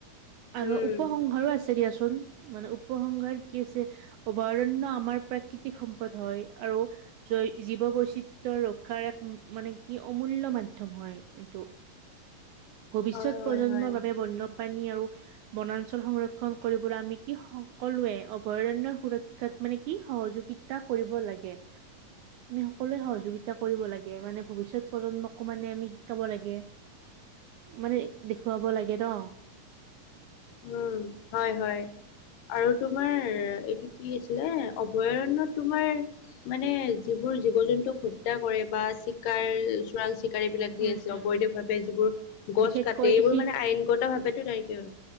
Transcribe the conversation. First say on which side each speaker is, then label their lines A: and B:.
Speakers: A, on the right; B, on the left.
A: আৰু
B: উম
A: উপসংহাৰো আছে দিয়াচোন। মানে উপসংহাৰ কি আছে অভয়াৰণ্য আমাৰ প্ৰাকৃতিক সম্পদ হয়। আৰু জৈ জীৱ বৈচিত্ৰৰ ৰক্ষাৰ এক মানে কি অমূল্য মাধ্যম হয় এইটো। ভৱিষ্যত
B: হয়
A: প্ৰজন্মৰ
B: হয় হয়
A: বাবে বন্য পানী আৰু বনাঞ্চল সংৰক্ষণ কৰিবলৈ আমি কি সকলোৱে অভয়াৰণ্য সুৰক্ষাত। মানে কি সহযোগিতা কৰিব লাগে। আমি সকলোৱে সহযোগিতা কৰিব লাগে মানে ভৱিষ্যত, - প্ৰজন্মক মানে আমি শিকাব লাগে। মানে দেখুৱাব লাগে ন
B: উম হয় হয়। আৰু তোমাৰ এইটো কি আছিলে অভয়াৰণ্য তোমাৰ মানে যিবোৰ জীৱ জন্তুক হত্যা কৰে বা চিকাৰ চোৰাং- চিকাৰী বিলাক যি
A: উম
B: আছে
A: উম
B: অবৈধ
A: উম
B: ভাৱে যিবোৰ গছ
A: বিশেষকৈ
B: কাটতে এইবোৰ
A: এশি
B: মানে আইনগত ভাৱো তেনেকে-